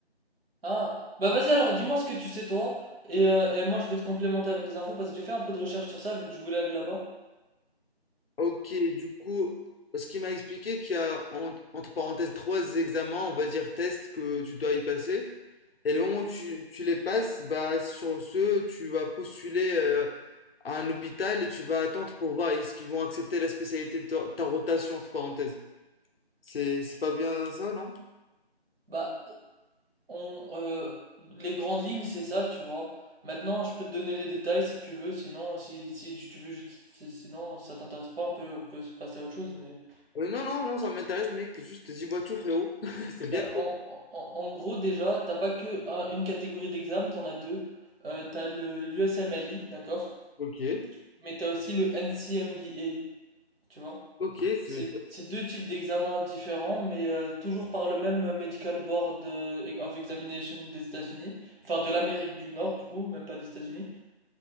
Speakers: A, on the right; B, on the left.
A: Ah, bah vas-y alors, dis-moi ce que tu sais toi, et, euh, et moi je vais te complémenter avec les infos parce que j'ai fait un peu de recherche sur ça vu que je voulais aller là-bas.
B: Ok, du coup, ce qui m'a expliqué qu'il y a en- entre parenthèses trois examens, on va dire tests que tu dois y passer. Et le moment où tu, tu les passes, bah sur ce, tu vas postuler euh, à un hôpital et tu vas attendre pour voir est-ce qu'ils vont accepter la spécialité de ta, ta rotation entre parenthèses. C'est c'est pas bien ça, non?
A: Bah, On, euh, les grandes lignes, c'est ça, tu vois. Maintenant, je peux te donner les détails si tu veux, sinon, si, si tu veux juste, si- sinon, si ça t'intéresse pas, on peut, on peut se passer à autre chose, mais...
B: Euh, non, non, non, ça m'intéresse, mec. Juste dis-moi tout, frérot. <laughs> C'est
A: Bah,
B: bien.
A: en, en, en gros, déjà, t'as pas que un- une catégorie d'examen, t'en as deux. Euh, t'as le USMLE, d'accord?
B: Ok,
A: Mais t'as aussi le NCMBA, tu vois?
B: ok, c'est-
A: C'est c'est deux types d'examens différents, mais euh, toujours par le même Medical Board euh, of Examination des États-Unis, enfin de l'Amérique du Nord, du coup, même pas des États-Unis.